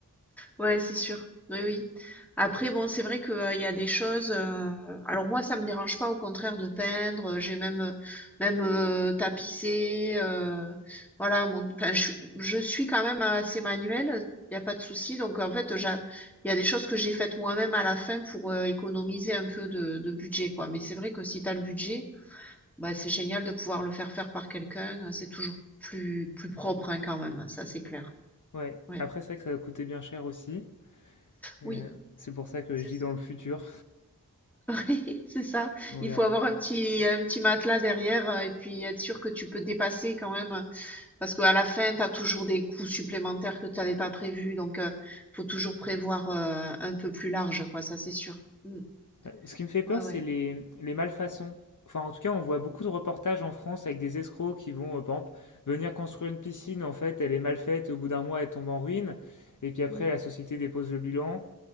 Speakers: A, in the centre; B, on the left (about 65°).
A: Ouais, c'est sûr. Oui, oui. Après, bon, c'est vrai que, euh, il y a des choses. euh, Alors moi, ça me dérange pas, au contraire, de peindre. euh, J'ai même, euh, même euh, tapissé. euh, Voilà, mon... enfin, je, suis- je suis quand même assez manuelle. Il n'y a pas de souci. Donc en fait, j'a- il y a des choses que j'ai faites moi-même à la fin pour euh, économiser un peu de, de budget, quoi. Mais c'est vrai que si tu as le budget, bah c'est génial de pouvoir le faire faire par quelqu'un. euh, C'est toujours plus plus propre, hein, quand même. Ça, c'est clair.
B: Ouais.
A: Ouais.
B: Après, c'est vrai que ça va coûter bien cher aussi. Et,
A: Oui.
B: euh, C'est pour ça que
A: c'est
B: je dis
A: ça.
B: dans le futur.
A: <laughs> C'est ça.
B: On
A: Il
B: verra.
A: faut avoir un petit, un petit matelas derrière euh, et puis être sûr que tu peux te dépasser quand même. euh, Parce qu'à la fin, tu as toujours des coûts supplémentaires que tu n'avais pas prévus. Donc, il faut toujours prévoir euh, un peu plus large, quoi. Ça, c'est sûr. Mm.
B: Euh, Ce qui me fait peur,
A: Ouais, ouais.
B: c'est les, les malfaçons. Enfin, en tout cas, on voit beaucoup de reportages en France avec des escrocs qui vont, euh, par exemple, venir construire une piscine. En fait, elle est mal faite. Au bout d'un mois, elle tombe en ruine. Et puis après,
A: Mm.
B: la société dépose le bilan.